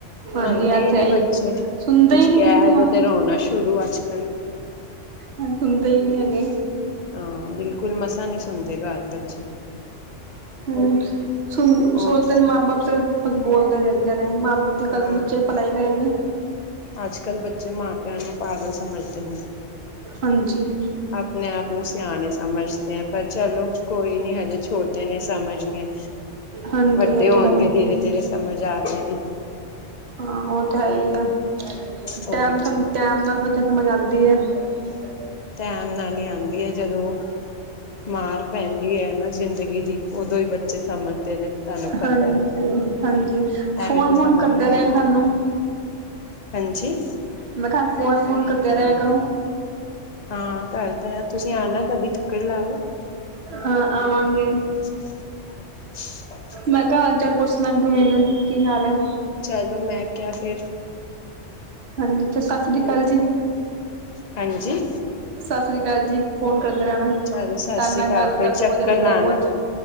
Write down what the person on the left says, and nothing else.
ਮੰਨਦੇ
ਹੀ
ਨੀ
ਬੱਚੇ,
ਕੁਛ
ਕਹਿ
ਦੋ ਤੇ ਰੋਣਾ ਸ਼ੁਰੂ ਅੱਜ -ਕੱਲ।
ਹਾਂ ਬਿਲਕੁਲ ਮਸਾਂ ਨਹੀਂ ਸੁਣਦੇ ਘਰ ਬੱਚੇ।
ਉਹ
ਹਾਂ
ਅੱਜ ਕੱਲ੍ਹ ਬੱਚੇ ਮਾਂ ਪਿਆਂ ਨੂੰ ਪਾਗਲ ਸਮਝਦੇ ਨੇ
ਆਪਣੇ -ਆਪ ਨੂੰ ਸਿਆਣੇ ਸਮਝਦੇ ਆ, ਪਰ ਚਲੋ ਕੋਈ ਨੀ ਹਜੇ ਛੋਟੇ ਨੇ ਸਮਝ ਨੀ ਠੀਕ ਹੈ
ਵੱਡੇ
ਹੋਣਗੇ
ਧੀਰੇ- ਧੀਰੇ, ਸਮਝ ਆਜੇਗੀ
ਹੋਰ
ਜੀ
ਟੈਮ ਨਾਲ ਹੀ ਆਉਂਦੀ ਹੈ ਜਦੋਂ, ਮਾਰ ਪੈਂਦੀ ਹੈ ਨਾ ਜ਼ਿੰਦਗੀ ਦੀ। ਉਦੋਂ ਹੀ ਬੱਚੇ। ਸਮਝਦੇ ਨੇ ਤੁਹਾਨੂੰ ਪਤਾ
ਐਵੇਂ ਤੇ ਸਮਝਦੇ
ਨੀ
ਹਾਂਜੀ।
ਹਾਂ ਕਰਦੇ ਆ ਤੁਸੀਂ ਆਣਾ ਕਦੀ ਚੱਕਰ ਲਾਓ
<inaudible>
ਚਲੋ ਮੈਂ ਕਿਹਾ ਫਿਰ
ਹਾਂਜੀ।
ਚੱਲੋ ਸਸ੍ਰੀ
ਅਕਾਲ,
ਫੇਰ
ਚੱਕਰ
ਲਾਉਣਾ,